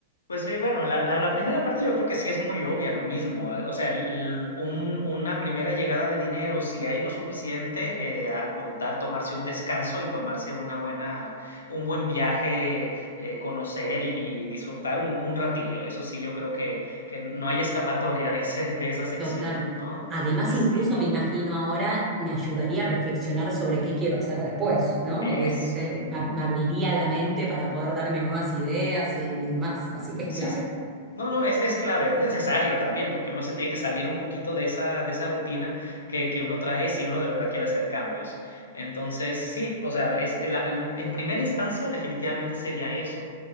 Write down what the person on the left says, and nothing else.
Pues sí, bueno, la, la, la primera parte yo creo que sí es muy obvia, lo mismo. eh, O sea, el- un- una primera llegada de dinero, si hay lo suficiente, eh, al- o dar, tomarse un descanso y tomarse una buena, un buen viaje, eh, conocer y, y disfrutar un, un ratillo. Eso sí, yo creo que, que no hay escapatoria de ese, de esa sección,
¿no?
Así,
eso.
Sí,
sí. No, no, es, es clave, es necesario también, porque uno se tiene que salir un poquito de esa, de esa rutina que, que uno trae si uno de verdad quiere hacer cambios. Entonces, sí, o sea, es, la- en primera instancia definitivamente sería eso,